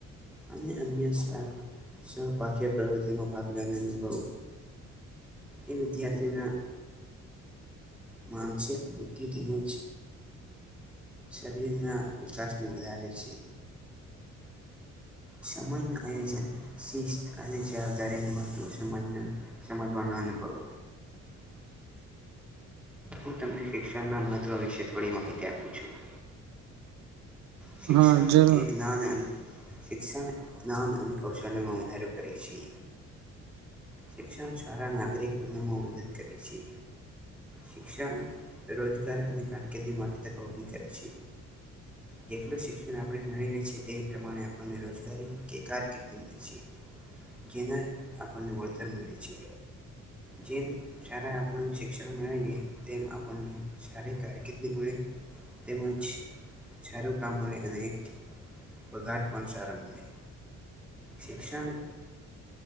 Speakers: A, in the centre; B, on the right.
A: અને અન્ય સહપ્ય પ્રવૃતિમાં ભાગ લેને અનુભવ એ વિધાથીના માનસિક બુદ્ધિ તેમજ શરીર ના વિકાસને વધારે છે સમજ ન આયોજન શિસ્ત અને જવાબદારી ન મહત્વ સમજ સમજવાનો હનુભવ
B: <inaudible>
A: હું તમને શિક્ષણના મહત્ત્વ વિશે થોડી માહિતી આપું છું શિક્ષણ
B: હા જરૂર
A: એ જ્ઞાનંદ શિક્ષણ જ્ઞાન અને કૌશલમાં વધારે કરે છે શિક્ષણ સારા નાગરિક બનવામાં મદદ કરે છે શિક્ષણ રોજગાર અને કારકિર્દી માટે તક ઊભી કરે છે જેટલું શિક્ષણ આપણે ભણી લઈએ છીએ તે પ્રમાણે આપણને રોજગારી કે કારકેટલુ મળે છે જેના આપણને વળતર મળે છે જેમ શાળા આપણ શિક્ષણ મળેએ તેમ આપણને શારી કારકિર્દી મળે તેમજ સારું કામ મળે અને પગાર પણ સારો મળે શિક્ષણ